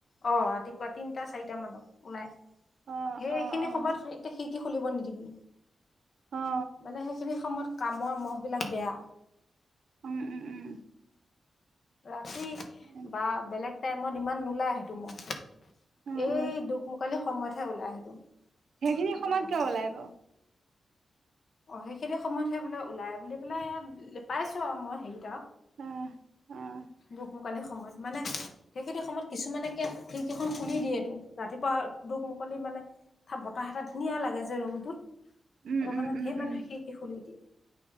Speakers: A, on the left; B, on the right.
A: অ', ৰাতিপুৱা তিনটা চাৰিটা মানত ওলাই।
B: অ
A: সেইখিনি
B: অ অ
A: সময়ত এতিয়া সি, কি? খুলিব নিদিবি
B: অ
A: মানে, সেইখিনি সময়ত কামোৱা, মহবিলাক বেয়া।
B: উম, উম, উম।
A: ৰাতি
B: হয় নেকি
A: বা বেলেগ টাইমত ইমান নোলায় সেইটো ম'হ।
B: অ
A: এই,
B: অ
A: দুক-মোকালি সময়তহে ওলাই সেইটো।
B: সেইখিনি
A: সেইটো
B: সময়ত
A: বহাই
B: কিয়, ওলাই
A: মানে
B: বাৰু?
A: অ, সেইখিনি সময়তহে বোলে ওলাই, বুলি পেলাই ইয়াত পাইছো আৰু মই হেৰিত
B: অ', অ'।
A: দোক-মুকালি সময়ত, মানে সেইখিনি সময়ত কিছুমানে কে, খিৰীকিখন খুলি দিয়েটো ৰাতিপুৱা দোক- মুকলি মানে, ত, বতাহ এটা ধুনীয়া লাগে যে, ৰুমটোত।
B: উম
A: সেইটো
B: উম
A: কাৰণে
B: উম
A: ধেৰ
B: উম
A: মানুহে খিৰিকী খুলি দিয়ে,